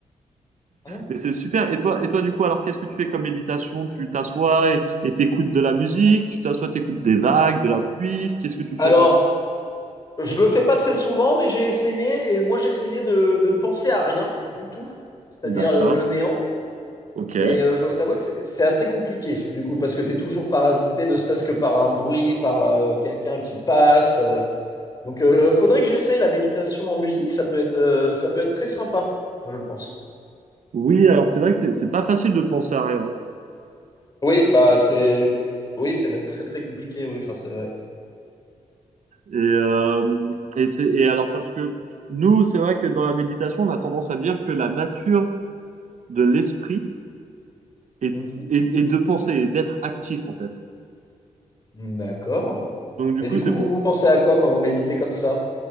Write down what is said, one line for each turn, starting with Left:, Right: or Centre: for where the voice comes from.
Left: Hein
Right: Mais c'est super. Et toi, et toi, du coup, alors qu'est-ce que tu fais comme méditation? Tu t'assois et, et t'écoutes de la musique, tu t'assois, t'écoutes des vagues, de la pluie. Qu'est-ce que tu
Left: Alors,
Right: fais, toi?
Left: je le fais pas très souvent, mais j'ai essayé, et moi j'ai essayé de, de ne penser à rien du tout, c'est-à-dire
Right: D'accord.
Left: le, le néant.
Right: Ok.
Left: Mais euh, je dois t'avouer que c'est c'est assez compliqué, du coup, parce que tu es toujours parasité, ne serait-ce que par un bruit, par euh, quelqu'un qui passe. euh. Donc, euh, faudrait que j'essaye la méditation en musique, ça peut être, euh, ça peut être très sympa, je pense.
Right: Oui, alors c'est vrai que c'est c'est pas facile de penser à rien.
Left: Oui, bah c'est, oui, c'est même très très compliqué, oui, enfin c'est vrai.
Right: Et, euh, et, c'est- et alors parce que nous, c'est vrai que dans la méditation, on a tendance à dire que la nature de l'esprit est,
Left: Mhm.
Right: est, est de penser, et d'être actif en fait.
Left: D'accord.
Right: Donc du
Left: Mais
Right: coup,
Left: du coup,
Right: c'est
Left: vous
Right: pour.
Left: vous pensez à quoi quand vous méditez comme ça?